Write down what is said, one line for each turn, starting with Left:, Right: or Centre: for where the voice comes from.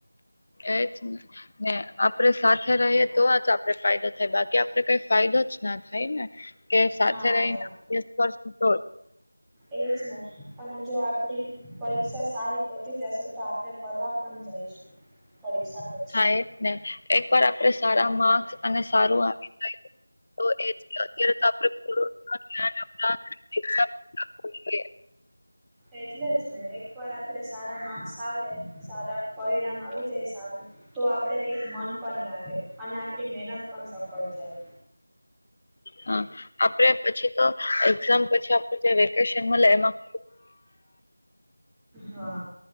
Left: એજ ને આપડે સાથે રહીએ તો આ તો આપડ ફાયદો થાય બાકી આપડે કઈ ફાયદો જ ના થાય ને કે સાથે
Centre: હા
Left: રહીનેું
Centre: હા
Left: તો
Centre: એ જ ને અને જો આપડી પરીક્ષા સારી પોતી જશે તો આપણે ફરવા પણ જઈશું પરીક્ષા પ
Left: હા એજ ને એક વાર આપણે સારા માર્ક્સ અને સારું તો એ અત્યારે તો આપડ પૂરું ધ આપઈ
Centre: એટલે જ ને એકવાર આપડે સારા માર્ક્સ આવે સારા પરિણામ આવી જાય સારું તો આપડે કઈક મન પણ લાગે અને આપડી મહેનત પણ સફળ થાય
Left: હા. આપડે પછી તો એક્ઝામ પછી આપ વેકેશન મળે એમાંબ
Centre: હા.